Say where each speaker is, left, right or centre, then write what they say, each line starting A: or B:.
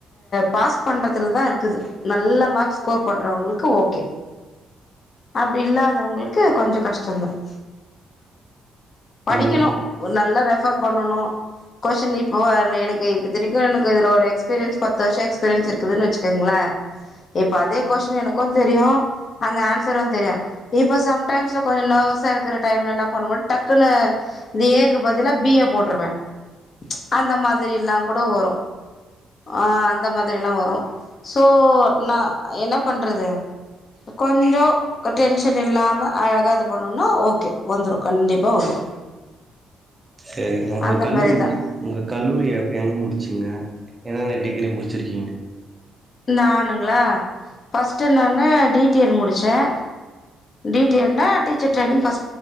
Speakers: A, on the left; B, on the right.
A: பாஸ் பண்றதுலதான் இருக்குது நல்ல மார்க்ஸ் ஸ்கோர் பண்றவங்களுக்கு ஓகே அப்படி இல்லாதவங்களுக்கு கொஞ்சம் கஷ்டம்தான் படிக்கணும்
B: ம்
A: நல்லா ரெஃபர் பண்ணணும் கொஸ்டின் இ ஓஅதுல எனக்கு இப்போ தய்க்கும் எனக்கு இதுல ஒரு எக்ஸ்பீரியன்ஸ் பத்து வருஷம் இருக்குதுன்னு வச்சுக்கோங்களா இப்ப அதே கொஸின் எனக்கும் தெரியும் அந்த ஆன்சரும் தெரியும் இப்ப சம்டைம்ஸ்ல கொஞ்சம் நர்வஸா இருக்கிற டைம்ல என்ன பண்ணது டக்குன்னு இந்த ஏ பதில பி போட்டுருவேன் அந்த மாதிரி எல்லாம் கூட வரும் அஹ அந்த மாதிரிலாம் வரும் சோ நா என்ன பண்ணுறது கொஞ்சம் டென்ஷன் இல்லாம அழகா இது பண்ணுனா ஓகே வந்துடும் கண்டிப்பா வந்துடும்
B: சரிங்க உங்க
A: அந்த
B: கல்லூரி
A: மாரிதா
B: உங்க கல்லூரிய எங்கே முடிச்சிங்க என்னென்ன டிகிரி முடிச்சிருக்கீங்க
A: நன்னுங்களா பஸ்டு நனு டிடியேடு முடிச்சேன் டிடியேடுன்னா டிச்சர் டேயிர்னிங்